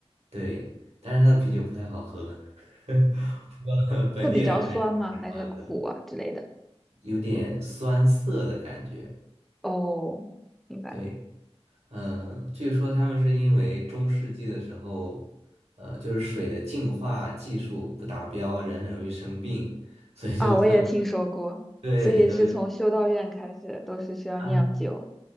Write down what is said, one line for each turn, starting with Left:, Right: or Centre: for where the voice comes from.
Right: 对，但是他的啤酒不太好喝，<laughs> 不过本地人还是挺喜欢的，
Centre: 会比较酸吗？还是苦啊之类的？
Right: 有点酸涩的感觉。
Centre: 哦，明白了。
Right: 对。嗯，呃据说他们是因为中世纪的时候，呃，就是水的净化技术不达标，人很容易生病，所以就他们
Centre: 啊，我也听说过，
Right: 对他们就
Centre: 所以是从修道院开始都是需要酿酒，
Right: 啊，